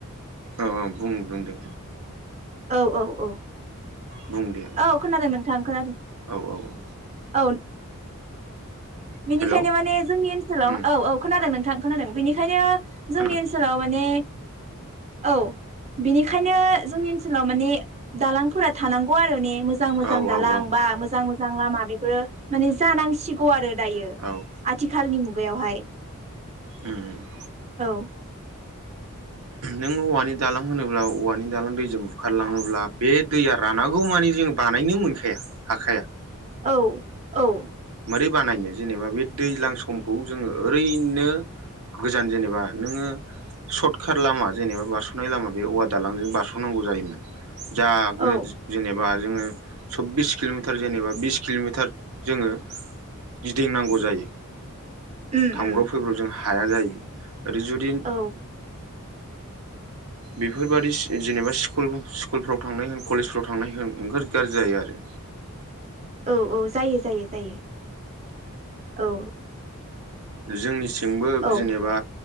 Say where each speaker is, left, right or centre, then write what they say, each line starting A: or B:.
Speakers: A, on the right (about 75°); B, on the right (about 30°).
A: अ अ बुं बुंदे।
B: औ औ औ।
A: बुं दे
B: औ खोनादों नोंथां खोनादों
A: औ औ औ
B: औ। बेनिखायनो
A: हेलौ
B: माने जोंनि ओनसोलाव
A: उम
B: औ औ खोनादों नों थां खोनादों बेनिखायनो जोंनि
A: खोनादों
B: ओनसोलाव माने औ बिनिखायनो जोंनि ओनसोलाव माने दालांफोरा थानांगौ आरो ने। मोजां मोजां
A: औ
B: दालां
A: औ औ
B: बा मोजां मो जां लामा बेफोरो माने जानांसिगौ आरो। दायो
A: औ
B: आथिखालनि मु गायावहाय।
A: ओम।
B: औ।
A: नों औवानि दालां होनोब्ला औवानि दालां दैजों बुखारलाङोब्ला बे दैया रानांगौमानि जों बानायनो मोनखाया हाखाया।
B: औ औ।
A: मोरै बानायनो जेनेबा बे दैज्लां समखौ जोङो ओरैनो गोजान जेनेबा नोङो सर्ट काट लामा जेनेबा बारस'नाय लामा बे औवा दालांजों बारस'नांगौ जायोमोन। जा
B: औ
A: गो जेनेबा जोङो सब्बिस किल'मिटार जेनेबा बिस किल'मिटार जोङो गिदिंनांगौ जायो।
B: उम
A: थांब्रब
B: उम
A: फैब्रब जों हा हाया जायो। ओरै जुदि
B: औ
A: बेफोरबादि जेनेबा स्कुल स्कुलफ्राव थांनाय होन कलेजफ्राव थांनाय होन ओंगोर गाज्रि जायो आरो।
B: औ औ। जायो जायो जायो औ।
A: जोंनि सि जोंबो
B: औ
A: जेनेबा